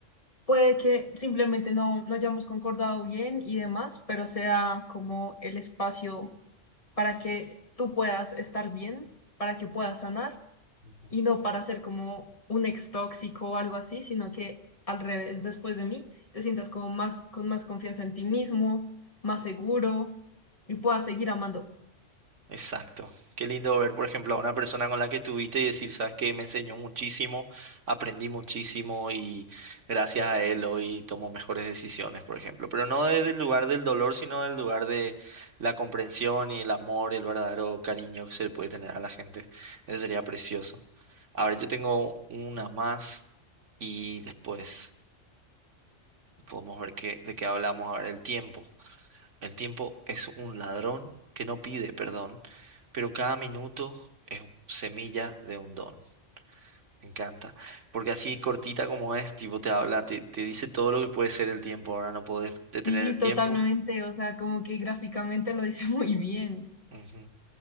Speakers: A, on the left; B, on the right.
A: Puede que simplemente no lo hayamos concordado bien y demás, pero sea como el espacio para que tú puedas estar bien, para que puedas sanar
B: ujú.
A: y no para ser como un ex tóxico o algo así, sino que al revés, después de mí, te sientas como más con más confianza en ti mismo, más seguro y puedas seguir amando.
B: Exacto. Qué lindo ver, por ejemplo, a una persona con la que estuviste y decir, sabes que me enseñó muchísimo, aprendí muchísimo y gracias a él hoy tomo mejores decisiones, por ejemplo. Pero no desde el lugar del dolor, sino del lugar de la comprensión y el amor, el verdadero cariño que se le puede tener a la gente. Eso sería precioso. A ver, yo tengo una más y después podemos ver qué, de qué hablamos. A ver, el tiempo. El tiempo es un ladrón que no pide perdón, pero cada minuto es un- semilla de un don. Me encanta. Porque así cortita como es, tipo te habla, te, te dice todo lo que puede ser el tiempo. Ahora no podés detener
A: Sí,
B: el tiempo.
A: totalmente, o sea, como que gráficamente lo dice <laughs> muy bien.
B: Ujú,